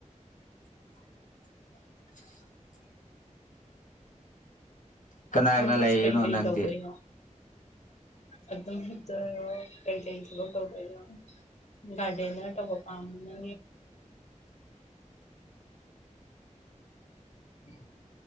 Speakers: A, on the left; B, on the left.
A: <inaudible> ꯀꯅꯥ ꯀꯅꯥ
B: ꯅꯪꯗꯤ ꯍꯧꯖꯤꯛ
A: ꯂꯩꯌꯦꯅꯣ
B: ꯀꯔꯤ ꯀꯔꯤ
A: ꯅꯪꯗꯤ
B: ꯇꯧꯗꯣꯏꯅꯣ ꯑꯗꯨꯝ ꯍꯤꯞꯇꯣꯏꯔꯣ ꯀꯩꯀꯩ ꯊꯕꯛ ꯇꯧꯗꯣꯏꯅꯣ ꯒꯥꯔꯗꯅ ꯇꯧꯕ ꯄꯥꯝꯒꯥ ꯎꯝ